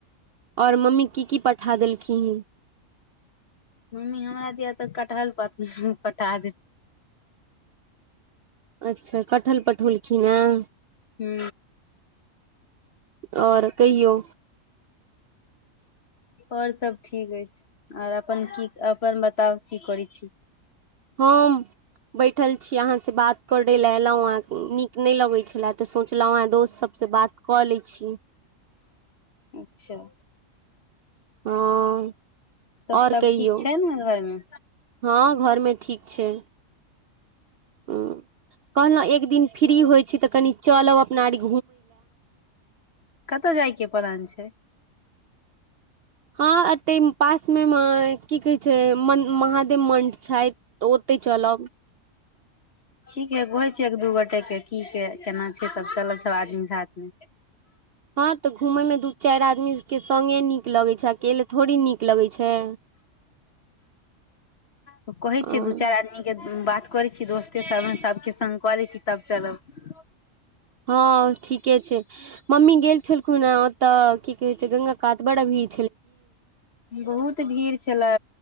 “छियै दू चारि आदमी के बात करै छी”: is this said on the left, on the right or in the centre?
Left